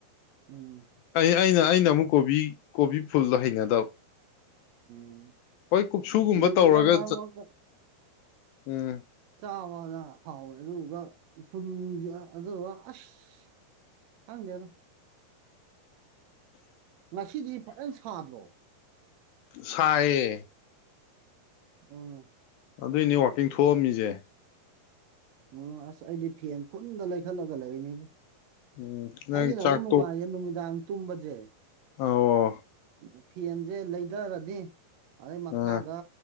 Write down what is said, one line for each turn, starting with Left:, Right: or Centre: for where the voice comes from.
Right: ꯎꯝ
Left: ꯑꯩ ꯑꯩꯅ ꯑꯩꯅ ꯑꯃꯨꯛ ꯀꯣꯕꯤ ꯀꯣꯕꯤ ꯐꯨꯜꯗꯣ ꯍꯩꯅꯗꯕ
Right: ꯎꯝ
Left: ꯍꯣꯏ ꯀꯨꯞꯁꯨꯒꯨꯝꯕ
Right: ꯂꯩꯔ
Left: ꯇꯧꯔꯒ
Right: ꯃꯥꯃꯒ
Left: ꯎꯝ
Right: ꯆꯥꯕꯗ ꯍꯥꯎꯋꯦ ꯑꯗꯨꯗꯨ ꯎ ꯐꯨꯟꯁ ꯑꯗꯨꯒ ꯑꯁ ꯈꯪꯗꯦꯅ ꯉꯁꯤꯗꯤ ꯐꯖꯅ ꯁꯥꯗ꯭ꯔꯣ
Left: ꯁꯌꯦ
Right: ꯎꯅꯦ
Left: ꯑꯗꯨꯏꯅꯦ ꯋꯥꯛꯀꯤꯡ ꯊꯣꯛꯑꯝꯃꯤꯁꯦ
Right: ꯎ ꯑꯁ ꯑꯩꯗꯤ ꯐꯦꯟ ꯐꯨꯟꯗ ꯂꯩꯈꯠꯂꯒ ꯂꯩꯔꯤꯅꯦꯕ
Left: ꯎꯝ ꯅꯪ
Right: ꯑꯩꯒꯤ ꯅꯕꯨꯛ
Left: ꯆꯥꯛ
Right: ꯅꯨꯡꯉꯥꯏꯒꯦ ꯅꯨꯃꯤꯗꯥꯡ ꯇꯨꯝꯝꯕꯖꯦ
Left: ꯑ
Right: ꯎ ꯐꯦꯟꯁꯦ ꯂꯩꯊꯔꯗꯤ ꯑꯗꯩ ꯃꯈꯥꯗ
Left: ꯑꯥ